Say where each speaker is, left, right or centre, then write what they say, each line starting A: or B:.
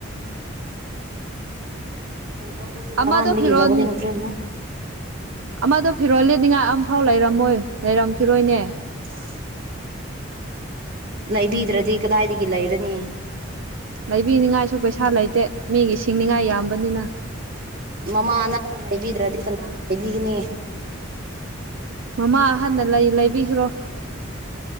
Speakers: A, on the right (about 45°); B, on the right (about 75°).
A: ꯆ
B: ꯑꯃꯗꯣ
A: ꯃꯥꯟꯒꯂꯗꯤꯃꯣ
B: ꯐꯤꯔꯣꯜ ꯑꯃꯗꯣ ꯐꯤꯔꯣ ꯂꯤꯅꯤꯡꯉꯥꯏ ꯑꯝꯐꯥꯎ ꯂꯩꯔꯝꯃꯣꯏ ꯂꯩꯔꯝꯈꯤꯔꯣꯏꯅꯦ
A: <inaudible> ꯂꯩꯕꯤꯗ꯭ꯔꯗꯤ ꯀꯗꯥꯏꯗꯒꯤ ꯂꯩꯔꯅꯤ
B: ꯂꯩꯕꯤꯅꯤꯡꯉꯥꯏꯁꯨ ꯄꯩꯁꯥ ꯂꯩꯇꯦ ꯃꯤꯒꯤ ꯁꯤꯡꯅꯤꯉꯥꯏ ꯌꯥꯝꯕꯅꯤꯅ
A: ꯃꯃꯥ ꯑꯅꯥꯅ ꯂꯩꯕꯤꯗ꯭ꯔꯗꯤ ꯀꯅꯥꯅ ꯂꯩꯕꯤꯒꯅꯤ
B: ꯃꯃꯥ ꯑꯍꯟꯅ ꯂꯩ ꯂꯩꯕꯤꯈ꯭ꯔꯣ